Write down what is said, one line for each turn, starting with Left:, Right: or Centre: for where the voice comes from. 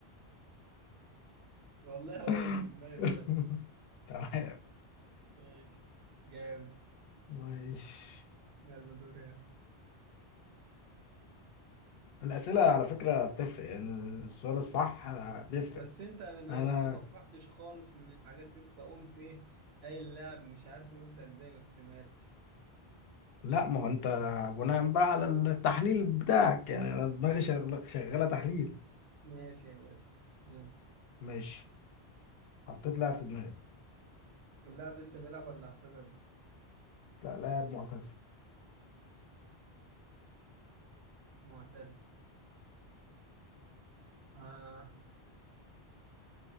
Right: والله هو
Left: <laughs>
Right: اللي في دماغي فعلا
Left: <laughs> تمام
Right: ماشي جامد
Left: ماشي
Right: يلا دوري
Left: الأسئلة على فكرة بتفرق يعني السؤال الصح بيفرق
Right: بس انت ما
Left: أنا
Right: هو ما توقعتش خالص من الحاجات دي فقمت ايه اي اللاعب مش عارف قلت ازاي بس ماشي
Left: لا ما هو أنت بناء بقى على التحليل بتاعك يعني أنا دماغي شغل- شغالة تحليل
Right: ماشي يا باشا يلا
Left: ماشي حطيت لاعب في دماغي
Right: اللاعب لسه بيلعب ولا اعتزل
Left: لا لاعب معتزل
Right: معتزل اه